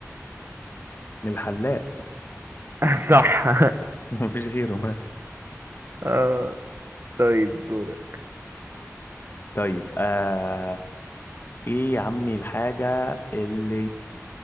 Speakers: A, on the left; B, on the right.
A: الحلاق
B: <laughs> صح
A: <laughs> مفيش غيره
B: اه طيب دورك
A: طيب آه ايه يا عمي الحاجة اللي